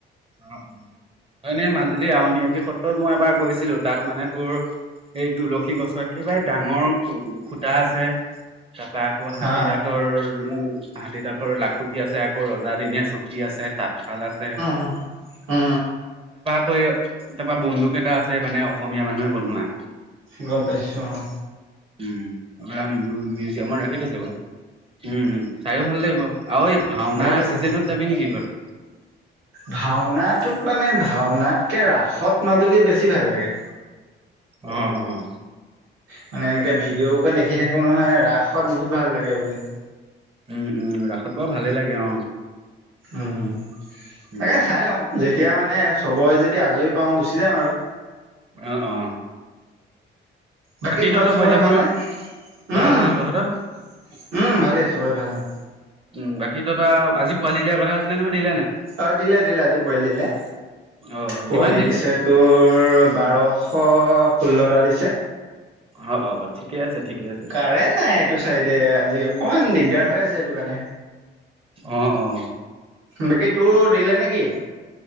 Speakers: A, on the right; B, on the right.
A: অ হয়নে মাজুলীৰ আউনিআটী সত্ৰত মই এবাৰ গৈছিলো তাত মানে তোৰ? এই তুলসী গছৰ একেবাৰে ডাঙৰ খুতা আছে। তাৰ পৰা আকৌ হাতী
B: হা
A: দাঁতৰ উ হাতীডাতৰ লাখুটি আছে আকৌ ৰজ দিনীয়া চকি আছে তাঁতশাল আছে।
B: অঁ, অঁ।
A: হয় তাৰপৰা বন্দুক এটা আছে মানে অসমীয়া মানুহে বনোৱা।
B: গম পাইছো অঁ।
A: উম মিউজিয়ামৰ ৰাখী থৈছে বাৰু! উম, উম চাইও ভাল লাগিব আৰু এই ভাওনা
B: ভাল লাগিব।
A: চিজনত যাবি নেকি বাৰু?
B: ভাওনাটোত মানে ভাওনাতকে ৰাসত মাজুলী বেছি ভাল লাগে।
A: অঁ, অঁ।
B: মানে এনেকে ভিডিঅ' বুকত দেখি থাকো নহয় ৰাসত বহুত ভাল লাগে বোলে
A: উম উম ৰাসত বাৰু ভালে লাগে অ
B: উম
A: উম।
B: তাকে চাই লও যেতিয়া মানে চবৰে যদি আজৰি পাওঁ গুচি যাম আৰু
A: অ অ
B: বাকী ঘৰত
A: তহঁতৰ
B: সবৰে
A: ব্ৰইলাৰ
B: ভালনে
A: ফাৰ্মত ভাল
B: উম
A: ভাল তহঁতৰ?
B: উম ভালেই চবৰে ভাল অ
A: উম বাকী ত তই আজি পোৱালি দিয়াৰ কথা আছিলে নহয় দিলে নাই
B: অ দিলে দিলে আজি পোৱালি দিলে
A: অ
B: পোৱালি
A: কিমান দিলে?
B: দিছে তোৰ বাৰশ ষোল্লটা দিছে
A: অ অ ঠিকে আছে ঠিকে আছে
B: কাৰেণ্ট নাই এইটো চাইডে আজি অকমান দিগদাৰ হৈ আছে এইটো কাৰণে
A: অ অ
B: বাকী তোৰ দিলে নেকি